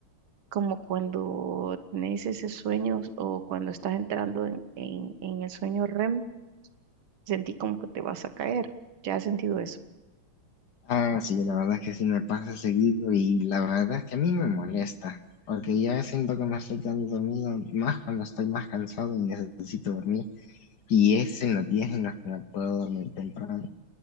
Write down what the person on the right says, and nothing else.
como cuando tenés ese sueño o cuando estás entrando en, en, en el sueño REM, sentí como que te vas a caer. ¿Ya has sentido eso?